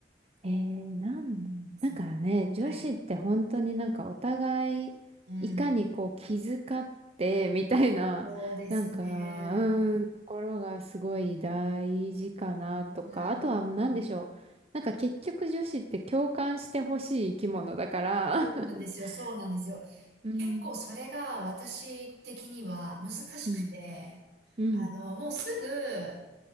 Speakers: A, on the right; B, on the right.
A: えー、なん、
B: うんですよね。
A: なんかね、女子って本当になんかお互い、
B: はい。うん。
A: いかにこう気遣って、みたいな、
B: そうですね。
A: なんか、うーん、ところがすごい大事かなとか、
B: うん。
A: あとは何でしょう。なんか結局女子って共感してほしい生き物だから、
B: そうなんですよ、
A: <laughs>
B: そうなんですよ。
A: うん、
B: 結構それが私的には難しくて、
A: うん、うん。
B: あの、もうすぐ、